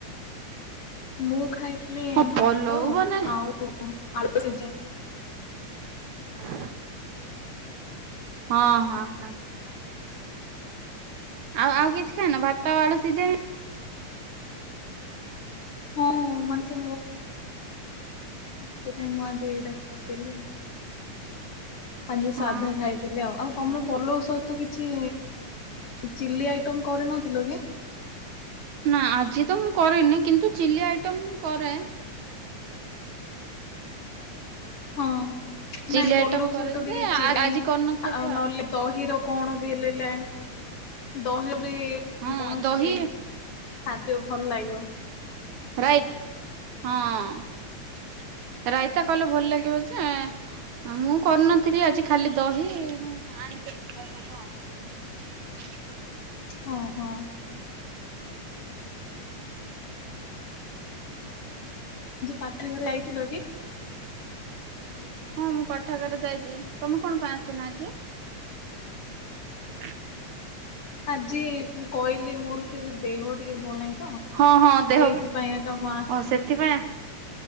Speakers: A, on the left (about 50°); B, on the right (about 75°).
A: <inaudible> ମୁଁ ଖାଇଥିଲି
B: ହଁ
A: ଭାତ
B: ପଲଉ ମାନେ
A: ଆଉ <unintelligible>
B: ହ <inaudible> ହଁ ହଁ ହଁ ଆଉ ଆଉ କିଛି ଖାନ ଭାତ ଆଳୁ ସି ଯାଏ
A: ହଁ ମାନେ ସେ ସେଥିାଇଁ ମୁ ଆଜି ଏଇଟା ଖାଇଦେଲେ ଆଉ ଆଜି
B: ହଁ
A: ସାଧା
B: ହଁ
A: ଖାଇଥିଲି ଆଉ ଆଉ ତମେ
B: ହଁ
A: ପଲ ସହିତ ତ କିଛି ଚିଲି ଆଇଟମ କରିନଥିଲ କି?
B: ନା ଆଜି ତ ମୁଁ କରିରେନି କିନ୍ତୁ ଚିଲି ଆଇଟମ କରେ
A: ହଁ।
B: ଚିଲି
A: ନାଇଁ
B: ଆଇଟମ
A: ପଲଉ
B: କରେ
A: ସହିତ ଟିକେ
B: ଯେ
A: ଚିଲି
B: ଆଜି କରିନଥିଲି
A: ଆଉ ନହେଲେ ଦହି ର- କଣ ବି ଲେଲେ ଦହି ବେ
B: ହଁ
A: କୌଣସି
B: ଦହି
A: ଖାଦ୍ୟ ଭଲ ଲାଗିବ।
B: ରାଇଟ ହଁ ରାଇତା କହିଲେ ଭଲ ଲାଗିବ ଯେ ମୁଁ କରିନଥିଲି ଆଜି ଖାଲି ଦହି ଆଣିପାରିଲି ଖାଇଦବୁ କଣ
A: ହଁ ହଁ। ପାଠଘରେ ଯାଗାଇଥିଲ କି?
B: ହଁ ମୁଁ ପାଠାଗାର ଯାଇଛି। ତମେ କଣ ପାଇଁ ଆସିନ ଆଜି? ହ
A: ଆଜି ମୁଁ କଇ ମୋର ସେ ଦେହ ଟିକେ ଭଲ ନାହିଁ ତ
B: ହଁ ହଁ ଦେହ
A: ସେଇଥିପାଇଁ ଆକା ମା ଆସିଛନ୍ତି।
B: ଓ ସେଥିପାଇଁ